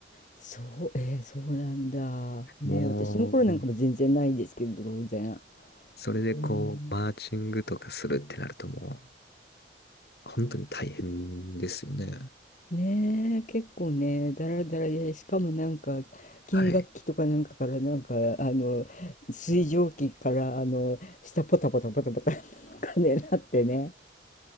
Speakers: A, on the left; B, on the left.
A: そう、えーそうなんだ。ねえ私の頃なんかも全然ないですけど、
B: もう、
A: 当然。
B: それでこう、
A: うん
B: マーチングとかするってなるともう、本当に大変ですよね。
A: ねえ、結構ね、だらだらで、しかもなんか、金楽器とかなんかから、
B: はい。
A: なんか、あの、水蒸気から、あの、下ポタポタポタポタ、なんかね、なってね、